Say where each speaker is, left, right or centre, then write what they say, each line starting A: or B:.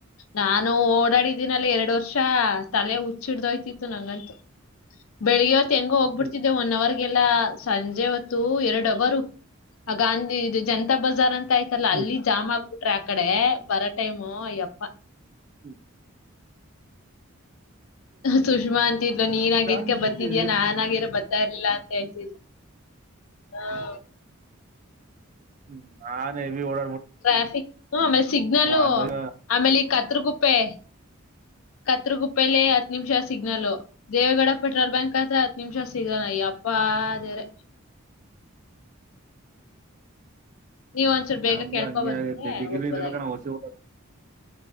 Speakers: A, on the left; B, on the right.
A: ನಾನು ಓಡಾಡಿದೀನಿ ಅಲ್ಲಿ ಎರಡು ವರ್ಷ ತಲೆ ಹುಚ್ಚಿಡ್ದಯ್ತಿತ್ತು ನಂಗಂತೂ ಬೆಳಿಗ್ಗೆ ಹೆಂಗ ಹೋಗ್ಬಿಡ್ತಿದ್ದೆ
B: ಹ್ಮ್
A: ಒನ್ ಅವರ್ಗೆಲ್ಲ ಸಂಜೆ ಹೊತ್ತು ಎರಡು ಅವರು ಗಾಂಧಿ ಇದು ಜನತಾ ಬಜಾರ್ ಅಂತ ಆಯ್ತಲ್ಲ
B: ಹ್ಮ್
A: ಅಲ್ಲಿ ಜಾಮ್ ಆಗ್ಬಿಟ್ರೆ ಆಕಡೆ ಬರ ಟ್ಟಮೋ್ಯಪ್ಪ
B: ಹ್ಮ್
A: ಸುಷ್ಮಾ ಅಂತಿದ್ಲು ನೀನ್ ಆಗೇದಕ್ಕೆ
B: ಟ್ರಾಫಿಕ್
A: ಬತಿದ್ಯಾಾ
B: ಇತ್ತು
A: ನಾನ್ ಆಗಿರೋ ಬತ್ತ ಸರಿಲ್ಲಾ ಅಂತ ಹೇಳ್ತ ಹ್ಮ
B: ಹ್ಮ ನಾನ ಹೆವಿ ಓಡ
A: ಟ್ರಾಫಿಕ್ ಆಮೇಲೆ ಸಿಗ್ನಲ್ಲ
B: ಹ್ಮ್
A: ಆಮೇಲೆ ಈ ಕತ್ರಕುಪ್ಪೆ ಕತ್ಗುಪ್ಪಲಿ ಹತ್ತು ನಿಮಿಷ ಸಿಗ್ನಲ್ ದೇಗೌಡ ಪೆಟ್ರೋಲ್ ಬ್ಯಾಂಕ್ ಹತ್ರ ಹತ್ತುತ್ ನಿಮಿಷ ಸಿಗೋಣಯ ಅಪ್ಪ ಅದೇರೆ ನೀವ್ ಒಂಚೂರು
B: ನಮ್ದು
A: ಬೇಗ ಕೇಳ್ಕೊ
B: ಹಂಗಿೆ
A: ಬಂದ್ರೆ
B: ಡಿಗ್ರಿ
A: ಹೋಗ್ಬೋದಾಗಿತ್ತು
B: ಇರ್ಬೇಕ ನಾವುಸಿವಿ